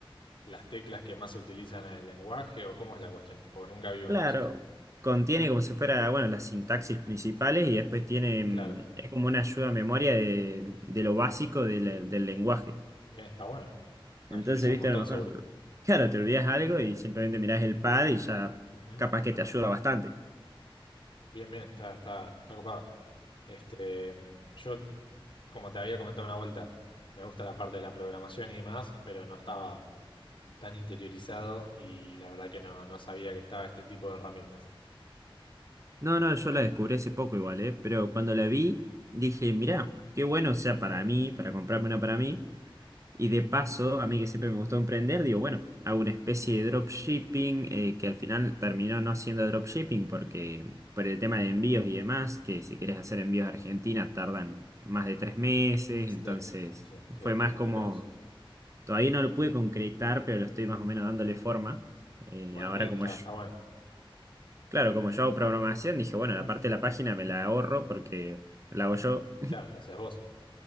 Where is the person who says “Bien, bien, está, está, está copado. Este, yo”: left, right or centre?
Left